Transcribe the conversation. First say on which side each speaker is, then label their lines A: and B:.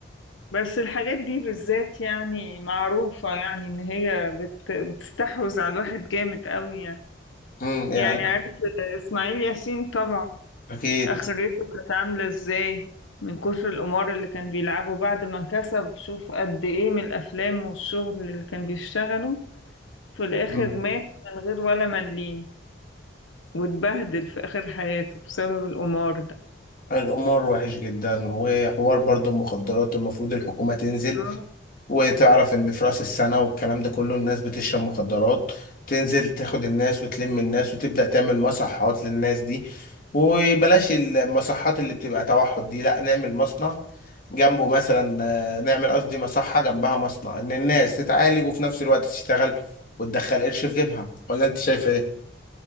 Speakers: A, on the left; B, on the left.
A: بس الحاجات دي بالذات يعني معروفة يعني ان هي بت... بتستحوذ على الواحد جامد قوي يعني
B: امم يعني
A: يعني عارف اسماعيل ياسين طبعا
B: اكيد
A: اخرته كانت عاملة ازاي من كتر القمار اللي كان بيلعبه بعد ما كسب شوف قد ايه من الافلام والشغل اللي كان بيشتغله في الاخر
B: مم.
A: مات من غير ولا مليم واتبهدل في اخر حياته بسبب القمار
B: القمار وحش جدا وحوار برضو المخدرات المفروض الحكومه تنزل
A: ده
B: وتعرف ان في راس السنه والكلام ده كله الناس بتشرب مخدرات تنزل تاخد الناس وتلم الناس وتبدا تعمل مصحات للناس دي وبلاش المصحات اللي بتبقى توحد دي لا نعمل مصنع جنبه مثلا آه، نعمل قصدي مصحه جنبها مصنع ان الناس تتعالج وفي نفس الوقت تشتغل وتدخل قرش في جيبها ولا انت شايفه ايه؟